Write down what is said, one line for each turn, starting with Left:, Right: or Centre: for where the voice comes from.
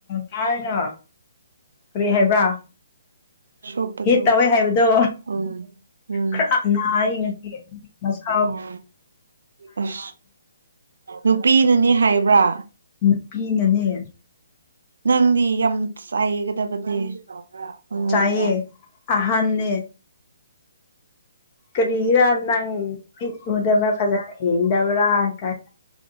Left: ꯀꯥꯏꯅ ꯀꯔꯤ ꯍꯥꯏꯕ꯭ꯔꯥ
Right: ꯁꯣꯛꯄꯗꯣ
Left: ꯍꯤꯠ ꯇꯧꯋꯦ ꯍꯥꯏꯕꯗꯣ
Right: ꯎꯝ ꯎꯝ
Left: ꯈꯔ ꯅꯥꯏ ꯉꯁꯤ ꯃꯁꯥ
Right: ꯎꯝ ꯑꯁ ꯅꯨꯄꯤꯅꯅꯤ ꯍꯥꯏꯕ꯭ꯔꯥ
Left: ꯅꯨꯄꯤꯅꯅꯦ
Right: ꯅꯪꯗꯤ ꯌꯥꯝ ꯆꯥꯏꯒꯗꯕꯅꯦ ꯃꯉꯣꯟꯗ
Left: ꯆꯥꯏꯌꯦ ꯑꯍꯥꯟꯅꯦ ꯀꯔꯤꯒꯤꯔ ꯅꯪ ꯃꯤ ꯎꯨꯗꯕ꯭ꯔ ꯐꯖ ꯌꯦꯗꯕ꯭ꯔꯥ ꯀꯥꯏ